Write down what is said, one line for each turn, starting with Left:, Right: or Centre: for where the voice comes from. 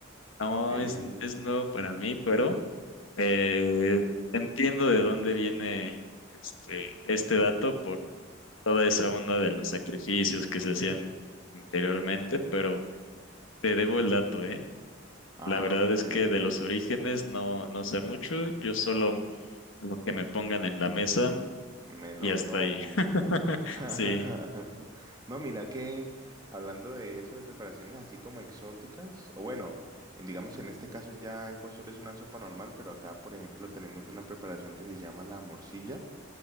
Left: No,
Right: Ve.
Left: es, es nuevo para mí, pero... Eh, entiendo de dónde viene este, este dato por toda esa onda de los sacrificios que se hacían anteriormente, pero te debo el dato, ¿eh?
Right: Ah,
Left: La verdad
Right: ok,
Left: es que
Right: ok.
Left: de los orígenes no, no sé mucho, yo solo lo que me pongan en la mesa
Right: Me lo
Left: y hasta
Right: tomo.
Left: ahí. <laughs>
Right: <laughs>
Left: Sí,
Right: No, mira que hablando de eso, de preparaciones así como exóticas, o bueno, eh, digamos que en este caso ya el pozole es una sopa normal, pero acá, por ejemplo, tenemos una preparación que se llama la morcilla